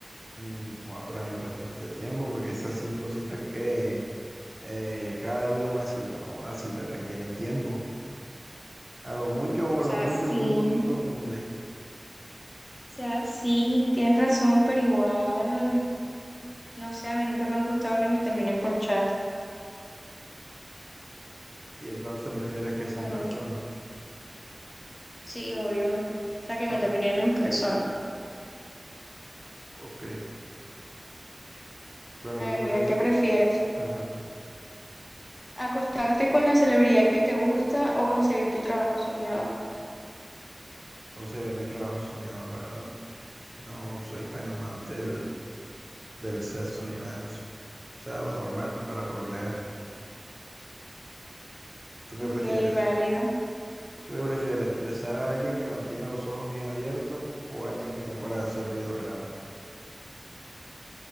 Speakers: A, on the right; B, on the left.
A: mm, fue para mí bastante tiempo porque esas cinco citas que eh, cada día una cita, ¿no? Las citas requieren tiempo. A lo mucho o
B: sea,
A: a lo mucho,
B: sí,
A: muy poquito,
B: o
A: un mes.
B: sea, sí, tienes razón, pero igual, no sé, a mí nunca me han gustado que me terminen por chat.
A: Y entonces prefieres
B: Nunca,
A: que sean
B: nunca.
A: personas.
B: Sí, obvio. O sea, que
A: O-
B: me terminen en persona.
A: Ok. Bueno,
B: A
A: tú
B: ver,
A: lo
B: mira,
A: prefieres.
B: ¿qué prefieres?
A: Ajá.
B: ¿Acostarte con la celebridad que te gusta o conseguir tu trabajo soñado?
A: Conseguir mi trabajo soñado, la verdad. No soy tan amante del, del sexo ni nada de eso. O sea, lo normal para
B: Ok,
A: procrear. ¿Tú qué
B: Ok,
A: prefieres?
B: válido.
A: ¿Tú qué prefieres? ¿Besar a alguien que mantiene los ojos bien abiertos o a alguien que no para de hacer ruidos raros?